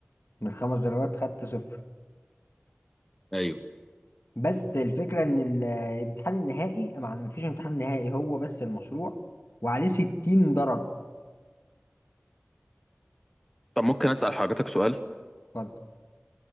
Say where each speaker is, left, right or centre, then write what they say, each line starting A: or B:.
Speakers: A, on the left; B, in the centre.
A: من خمس درجات خدت صفر
B: ايوه
A: بس الفكرة ان الامتحان النهائي ما مفيش امتحان نهائي هو بس المشروع وعليه 60 درجة
B: طب ممكن اسأل حضرتك سؤال
A: اتفضل